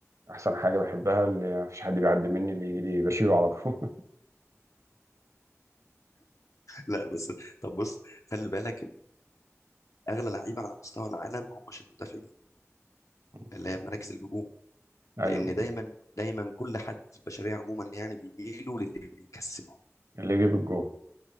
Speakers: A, on the right; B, on the left.
A: احسن حاجة بحبها اللي مفيش حد بيعدي مني اللي يجي لي بشيله على طول
B: لا بس طب بص خلي بالك إن اغلى لعيبه على مستوى العالم ما همش المدافعين
A: <laughs>
B: اللي هي في مراكز الهجوم
A: ايوه
B: لان دايما دايما كل حد في البشريه عموما يعني بيميلوا للي بيكسبهم
A: اللي يجيب الجول